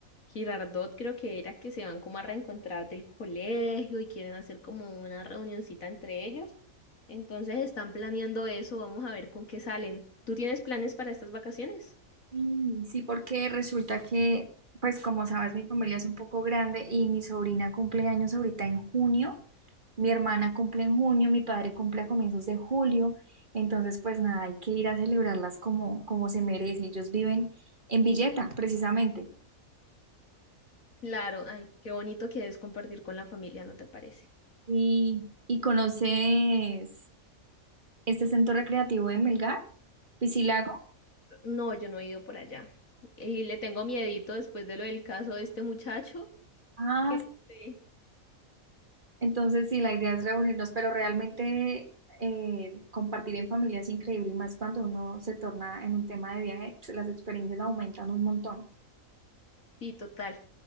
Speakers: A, on the left (about 70°); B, on the right (about 35°).
A: Girardot, creo que era que se van como a reencontrar del colegio y quieren hacer como una reunioncita entre ellos. Entonces están planeando eso, vamos a ver con qué salen. ¿Tú tienes planes para estas vacaciones?
B: Mm, Sí, porque resulta que, pues como sabes, mi familia es un poco grande y mi sobrina cumple años ahorita en junio, mi hermana cumple en junio, mi padre cumple a comienzos de julio, entonces pues nada, hay que ir a celebrarlas como, como se merece. Ellos viven en Villeta, precisamente.
A: Claro, ay, qué bonito que es compartir con la familia, ¿no te parece?
B: ¿Y, y conoces este centro recreativo en Melgar? ¿Piscilago?
A: No, yo no he ido por allá. Y le tengo miedito después de lo del caso de este muchacho,
B: Ah,
A: que no sé.
B: entonces sí, la idea es reunirnos, pero realmente eh, compartir en familia es increíble y más cuando uno se torna en un tema de viaje, pues, las experiencias aumentan un montón.
A: Sí, total.